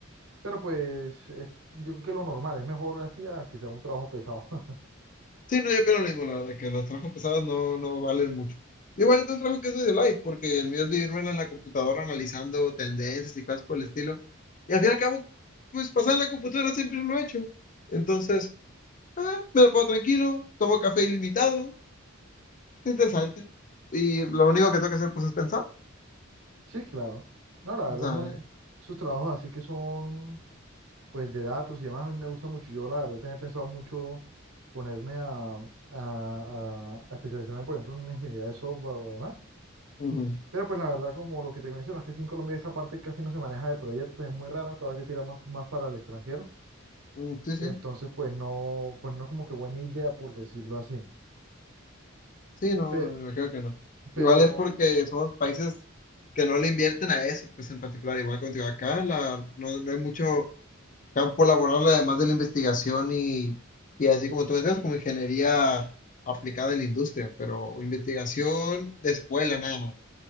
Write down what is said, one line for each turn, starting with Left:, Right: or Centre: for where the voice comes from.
Right: pero pues es- yo creo que lo normal, es mejor así a que sea un trabajo pesado. <laughs>
Left: Sí, no, yo pienso lo mismo, la verdad, que los trabajos pesados no, no valen mucho. Igual yo tengo un trabajo que es medio light, porque el mío es vivirme en la computadora analizando tendencias y cosas por el estilo. Y al fin y al cabo, pues pasar en la computadora siempre lo he hecho. Entonces, ah, me lo puedo tranquilo, tomo café ilimitado, es interesante. Y lo único que tengo que hacer pues es pensar.
Right: Sí, claro. No, la verdad
Left: O sea,
Right: es muy, sus trabajos así que son, pues, de datos y demás, a mí me gusta mucho. Yo, la verdad, tenía pensado mucho ponerme a, a, a, a especializarme, por ejemplo, en una ingeniería de software o demás
Left: ujú,
Right: Pero pues la verdad, como lo que te mencionas, que aquí en Colombia esa parte casi no se maneja de proyectos, es muy rara, todavía que tira más, más para el extranjero.
Left: mm, sí, sí,
Right: Entonces, pues no, pues no es como que buena idea, por decirlo así.
Left: sí, no,
Right: Pe-
Left: me creo que no.
Right: pero
Left: Igual es porque somos países que no le invierten a eso, pues en particular, igual contigo acá, la, no, no hay mucho campo laboral, además de la investigación y, y así como tú decías, como ingeniería aplicada en la industria, pero investigación de escuela nada más.